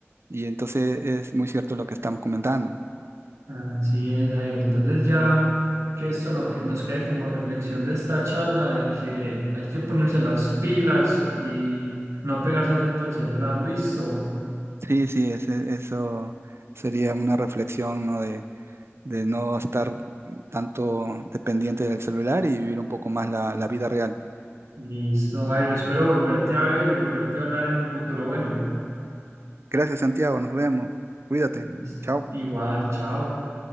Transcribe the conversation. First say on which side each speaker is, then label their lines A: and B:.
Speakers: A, on the right (about 60°); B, on the right (about 80°).
A: y entonces es muy cierto lo que estamos comentando.
B: así es, Jairo. Entonces ya que esto no, que nos quede como reflexión de esta charla de que hay que ponerse las pilas y no pegarse tanto al celular, listo.
A: Sí, sí, ese- eso sería una reflexión, ¿no? De, de no estar tanto dependiente del celular y vivir un poco más la, la vida real.
B: Listo, Jairo. Espero volverte a ver y volverte a hablar en un futuro. Bueno,
A: Gracias, Santiago, nos vemos. Cuídate.
B: listo.
A: Chao.
B: Igual, chao.